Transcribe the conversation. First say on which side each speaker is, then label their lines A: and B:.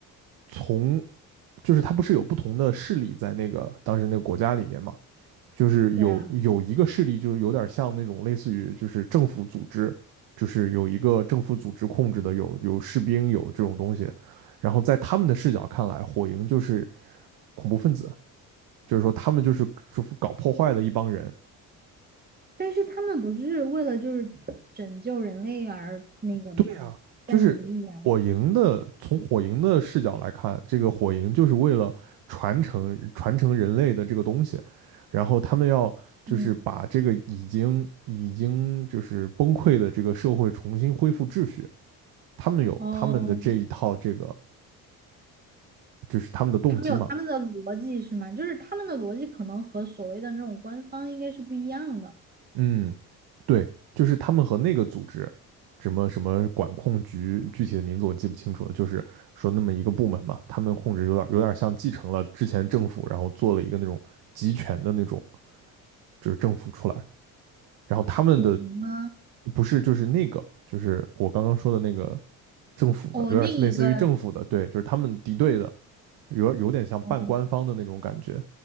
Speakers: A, on the right; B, on the right.
A: 从就是它不是有不同的势力在那个当时那个国家里面嘛，就是有有一个势力就是有点像那种类似于就是政府组织，
B: 对啊，
A: 就是有一个政府组织控制的有有士兵有这种东西，然后在他们的视角看来，火营就是恐怖分子，就是说他们就是搞破坏的一帮人，
B: 但是他们不是为了就是拯救人类而那个的吗？
A: 对呀，就是火营的，
B: 在努力呀、
A: 从火营的视角来看，这个火营就是为了传承传承人类的这个东西，然后他们要就是把这个已经已经就是崩溃的这个社会重新恢复秩序，
B: 嗯，
A: 他们有他们的这一套这个
B: 哦，
A: 就是他们的动机嘛，
B: 他们有他们的逻辑是吗？就是他们的逻辑可能和所谓的那种官方应该是不一样的。
A: 嗯，对，就是他们和那个组织，什么什么管控局，具体的名字我记不清楚了，就是说那么一个部门嘛，他们控制有点有点像继承了之前政府，然后做了一个那种集权的那种，就是政府出来，然后他们的
B: 混吗？
A: 不是就是那个，就是我刚刚说的那个政府的，
B: 哦，
A: 有点类似于政府的，
B: 另一个，
A: 对，就是他们敌对的，有有点像半官方的那种感觉，
B: 哦